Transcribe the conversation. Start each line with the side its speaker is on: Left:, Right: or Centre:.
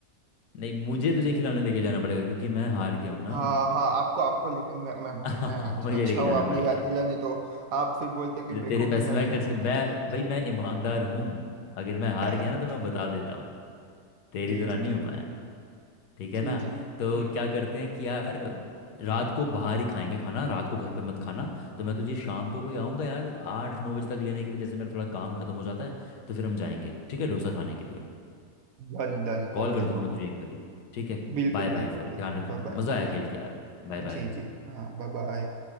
Left: नहीं मुझे तुझे खिलाने लेके जाना पड़ेगा क्योंकि मैं हार गया हूं ना
Right: हाँ हाँ आपको आपको लेके मैं मैं
Left: <laughs>
Right: मैं अच्छा
Left: मुझे
Right: अच्छा
Left: लेके
Right: वो
Left: जाना
Right: आपने
Left: पड़ेगा
Right: याद दिलाने तो आप फिर बोलते कि
Left: मेरे
Right: मेरे
Left: तेरे
Right: को
Left: पैसे
Right: खिलाने
Left: मैं
Right: लगा।
Left: खर्च कर, मैं भाई मैं ईमानदार हूँ अगर मैं हार
Right: <laughs>
Left: गया ना तो मैं बता देता हूँ तेरी
Right: जी
Left: तरह
Right: जी
Left: नहीं
Right: बिल्कुल
Left: हूँ मैं ठीक है
Right: जी
Left: ना
Right: जी
Left: तो
Right: हम्म
Left: क्या करते हैं कि यार रात को बाहर ही खाएंगे खाना रात को घर पे मत खाना तो मैं तुझे शाम को कोई आऊँगा यार आठ नौ बजे तक लेने के लिए जैसे मेरा थोड़ा काम खत्म हो जाता है तो फिर हम जाएंगे ठीक है डोसा खाने के लिए
Right: डन डन
Left: कॉल
Right: हो गया
Left: कर दूंगा
Right: हो
Left: मैं
Right: गया
Left: तुझे एक बारी ठीक है
Right: बिल्कुल
Left: बाय बाय
Right: बिल्कुल
Left: फिर
Right: बिल्कुल
Left: ध्यान रखा
Right: बाय
Left: अपना
Right: बाय
Left: मज़ा
Right: बाय
Left: आया
Right: बाय
Left: खेल के यार Bye
Right: जी
Left: bye
Right: जी हाँ बाय बाय